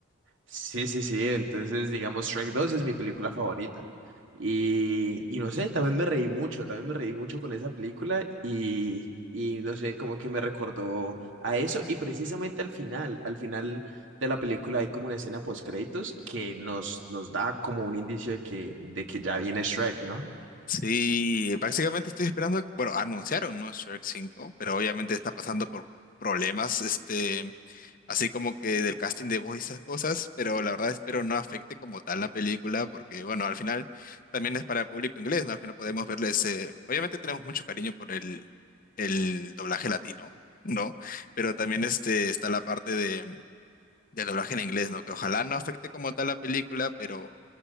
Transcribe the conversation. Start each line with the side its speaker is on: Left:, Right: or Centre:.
Right: Sí, sí, sí. Entonces, digamos, Shrek 2 es mi película favorita. Y, y no sé, también me reí mucho, también me reí mucho con esa película y, y no sé, como que me recordó a eso. Y precisamente al final, al final de la película hay como una escena post-créditos que nos, nos da como un indicio de que, de que ya viene Shrek, ¿no?
Left: Sí, básicamente estoy esperando, que- bueno, anunciaron, ¿no? Shrek cinco, pero obviamente está pasando por problemas, este, así como que del casting de voz y esas cosas, pero la verdad espero no afecte como tal la película, porque bueno, al final también es para el público inglés, ¿no? Al final podemos verles, eh, obviamente tenemos mucho cariño por el, el doblaje latino, ¿no? Pero también este, está la parte de, del doblaje en inglés, ¿no? Que ojalá no afecte como tal la película, pero...